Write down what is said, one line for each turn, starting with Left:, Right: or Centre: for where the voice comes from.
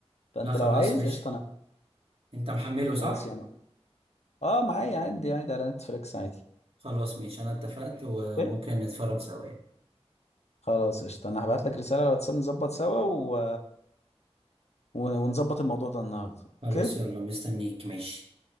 Left: فأنت
Right: لا خلاص
Left: لو عايز
Right: ماشي
Left: قشطة أنا
Right: انت محمله
Left: خلاص
Right: صح
Left: يعني آه معايا عندي عادي على نتفليكس عادي
Right: خلاص ماشي انا اتفقت وممكن
Left: إيه؟
Right: نتفرج سوا يعني
Left: خلاص قشطة أنا هبعت لك رسالة على الواتساب نظبط سوا و... ونظبط الموضوع ده النهاردة
Right: خلاص
Left: أوكي؟
Right: يلا مستنيك ماشي